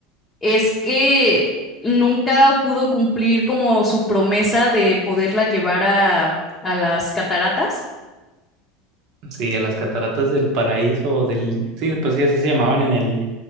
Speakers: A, on the left; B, on the right.
A: es que nunca pudo cumplir como su promesa de poderla llevar a, a las cataratas
B: sí, a las cataratas del paraíso o del, sí, pues sí, así se llamaban en el,